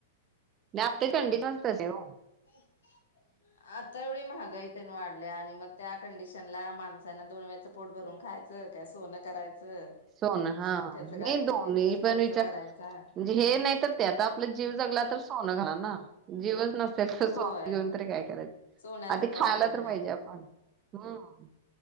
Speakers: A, on the right (about 30°); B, on the left (about 65°).
A: हा <unintelligible> तशी हो.
B: <unintelligible> आता एवढी महागाईत तेन वाढल्या आणि मग त्या कंडिशनला माणसाांना दोन वेळचं पोट भरून खायचं. तर काय सोनं करायचं.
A: सोन हा
B: काय
A: नाही
B: सगळा घर
A: दोन पण
B: खर्च
A: विचार
B: करायचा
A: म्हणजे हे नाही तर ते आता आपला जीव जगला तर सोनं झाल ना. जीवच नसेल तर
B: होय
A: सॉफ्ट घेऊन तरी काय करायचं
B: सोन्याचा
A: आधी
B: काय
A: खायला
B: उपयोग
A: तर पाहिजे
B: नाही
A: आपण. हम्म